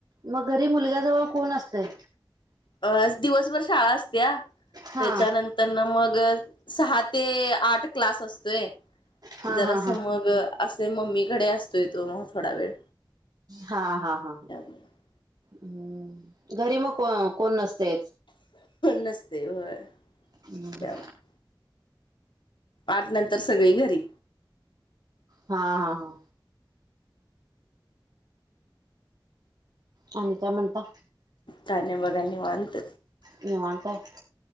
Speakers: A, on the right; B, on the left.
A: म घरी मुलग्याजवळ कोण असतय.
B: अ दिवसभर शाळा असतेया
A: हा
B: त्याच्यानं त्यांना मग सहा ते आठ क्लास असतोय.
A: हा
B: जरास
A: हा हा हा
B: मग असे मम्मीकडे असतोय तो म थोडा वेळ.
A: हा हा हा हा हा
B: त्यामुळे
A: हूं घरी म को कोण नसतय.
B: नसते होय.
A: हम्म
B: त्यामुळे आठ नंतर सगळी घरी
A: हा हा हा आणि काय म्हणता
B: काय नाय बघा निवांत
A: निवांत आहे.